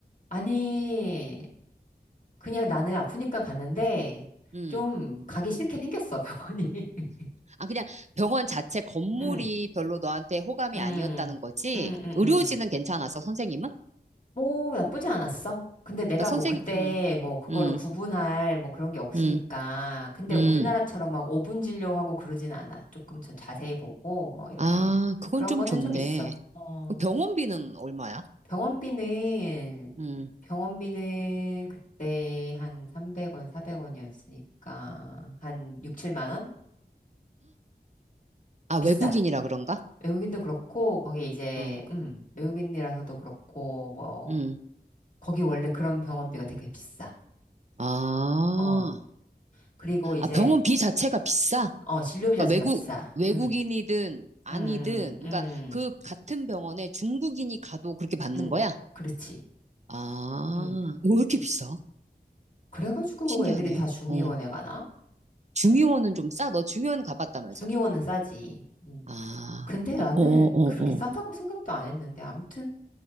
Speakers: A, on the left; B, on the right.
A: 아니 그냥 나는 아프니까 갔는데
B: 음,
A: 좀 가기 싫게 생겼어 병원이. <laughs>
B: 아, 그냥 병원 자체 건물이
A: 응,
B: 별로 너한테 호감이
A: 응,
B: 아니었다는 거지?
A: 응, 응,
B: 의료진은
A: 응.
B: 괜찮았어, 선생님은?
A: 뭐 나쁘지 않았어. 근데 내가
B: 그러니까 선생,
A: 뭐 그때
B: 음,
A: 뭐 그거를
B: 음,
A: 구분할 뭐 그런 게 없으니까.
B: 음,
A: 근데
B: 음,
A: 우리나라처럼 막 5분 진료하고 그러진 않아. 조금 전 자세히 보고 뭐 이렇게.
B: 아, 그건
A: 그런
B: 좀
A: 거는
B: 좋네.
A: 좀 있어. 어.
B: 그럼 병원비는 얼마야?
A: 병원비는
B: 음,
A: 병원비는 그때 한 300원, 400원이었으니까 한 6, 7만 원?
B: 아, 외국인이라
A: 비싸.
B: 그런가?
A: 외국인도 그렇고 거기 이제
B: 음,
A: 음, 외국인이라서도 그렇고 뭐
B: 음,
A: 거기 원래 그런 병원비가 되게 비싸.
B: 아,
A: 어. 그리고 이제,
B: 아, 병원비 자체가 비싸?
A: 어, 진료비
B: 그러니까
A: 자체가
B: 외국,
A: 비싸.
B: 외국인이든
A: 음,
B: 아니든,
A: 음,
B: 그러니까
A: 음,
B: 그 같은 병원에 중국인이 가도 그렇게 받는
A: 음, 음.
B: 거야?
A: 그렇지.
B: 아,
A: 음.
B: 왜 이렇게 비싸?
A: 그래가지고
B: 신기하네.
A: 애들이 다 중의원에
B: 어.
A: 가나?
B: 중의원은
A: 아무튼, 그-
B: 좀 싸? 너 중의원 가봤다면서.
A: 중의원은 싸지. 음.
B: 아,
A: 근데
B: 어,
A: 나는
B: 어, 어,
A: 그렇게
B: 어.
A: 싸다고 생각도 안 했는데, 아무튼,